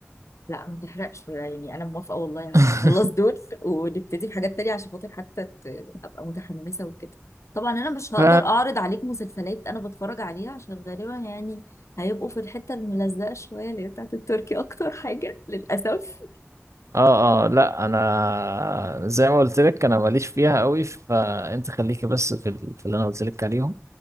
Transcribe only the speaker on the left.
لا ما تحرقش يعني انا موافقه والله
هخلص دول ونبتدي بحاجات تانية عشان خاطر حتى ت- ابقى متحمسه وكده طبعا انا مش هقدر
اعرض عليك مسلسلات انا بتفرج عليها عشان غالبا يعني هيبقوا في الحته الملزقه شويه اللي هي بتاعت التركي اكتر حاجه للاسف